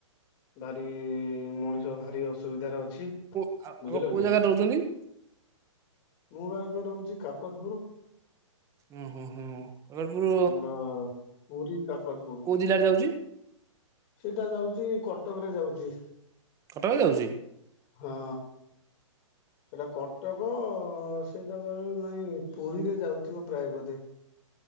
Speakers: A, on the left (about 30°); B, on the right (about 20°).
A: ଭାରି ମଣିଷ ଭାରି ଅସୁବିଧାରେ ଅଛି।
B: କଉ ଆପଣ
A: ବୁଝିଲ
B: କୋଉ
A: କି।
B: ଜାଗାରେ ରହୁଛନ୍ତି?
A: ମୁଁ ଭା ଏବେ ରହୁଛି କାକଟପୁର।
B: ହୁଁ ହୁଁ ହୁଁ ଖଗରପୁର
A: ଆମର ପୁରୀ କାକଟପୁର।
B: କେଉ ଜିଲ୍ଲାର ଯାଉଛି?
A: ସେଇଟା ଯାଉଛି କଟକରେ ଯାଉଛି।
B: କଟକ ଯାଉଛି?
A: ହଁ। ସେଇଟା କଟକ, ସେଇଟା କ ନାଇଁ ପୁରୀରେ ଯାଉଥିବ ପ୍ରାୟ ବୋଧେ।